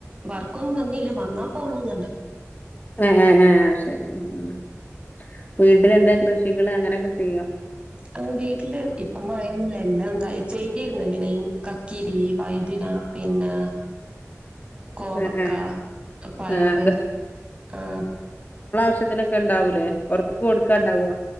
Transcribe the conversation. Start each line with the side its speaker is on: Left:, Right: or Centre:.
Right: വർക്കൊന്നും തന്നീല്ല വന്നാ പോണ എന്നുണ്ട്
Left: എ ഏ ശരി ഉം വീട്ടിലെന്താ കൃഷികള് അങ്ങനൊക്കെ ചെയ്യോ
Right: ക ആ വീട്ടില് ഇപ്പ മഴനല്ല എല്ലാം എന്താ ചെയ്തിരരുന്നു പിന്നെ കക്കിരി വൈതിരി ആ പിന്നെ കോവക്ക
Left: ആ ആ
Right: പയറ്
Left: ആ അത്
Right: ആ
Left: ഭക്ഷത്തിനൊക്കെ ഇണ്ടാവൂലേ പുറത്ക്ക് കൊടുക്കാന്ണ്ടാവോ